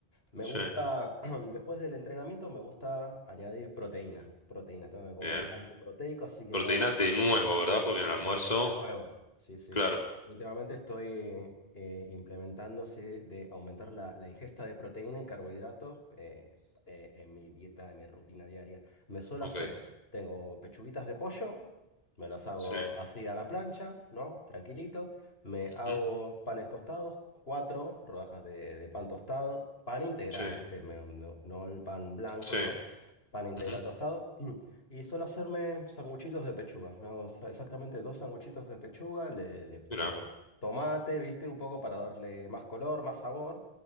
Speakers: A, on the left; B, on the left.
A: Me
B: sí,
A: gusta, <clears throat> después del entrenamiento, me gusta añadir proteína. Proteína, tengo que comer
B: bien.
A: algo proteico, así que
B: Proteína
A: me hago
B: de nuevo, ¿verdad? Porque en el almuerzo,
A: Proteína de nuevo, sí, sí.
B: claro,
A: Últimamente estoy eh, implementando, sí, de aumentar la, la ingesta de proteína y carbohidratos eh, eh, en mi dieta, en mi rutina diaria. Me suelo
B: ok.
A: hacer, tengo pechuguitas de pollo, me las hago
B: Sí,
A: así a la plancha, ¿no? Tranquilito. Me hago
B: ujú,
A: panes tostados, cuatro rodajas de, de pan tostado, pan integral,
B: sí,
A: ¿viste? Me- no, no el pan blanco,
B: sí.
A: ¿no? Pan integral
B: ujú,
A: tostado. <clears throat> Y suelo hacerme sanguchitos de pechuga. Me hago exa- exactamente dos sanguchitos de pechuga. Le, le pongo
B: Mira,
A: tomate, ¿viste? Un poco para darle más color, más sabor.